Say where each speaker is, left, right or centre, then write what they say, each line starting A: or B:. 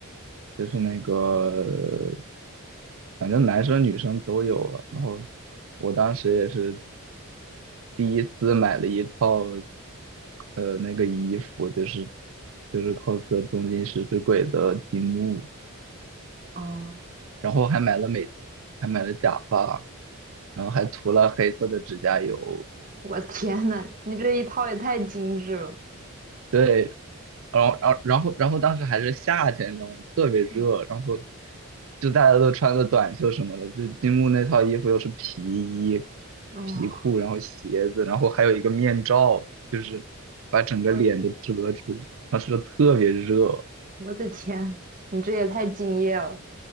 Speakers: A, on the right; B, on the right.
A: 就是那个，反正男生女生都有了。然后我当时也是第一次买了一套呃那个衣服，就是就是 cos 东京食尸鬼的金木。
B: 嗯
A: 然后还买了美，还买了假发，然后还涂了黑色的指甲油。
B: <laughs> 我天呐，你这一套也太精致了。
A: 对，然后然后然后然后当时还是夏天，你知道吗？特别热，
B: 嗯，
A: 然后就大家都穿着短袖什么的，就金木那套衣服又是皮衣、
B: 哦，
A: 皮裤，然后鞋子，然后还有一个面罩，就是把整个脸都遮住，
B: 我
A: 当时特别热，
B: 我的天，你这也太敬业了。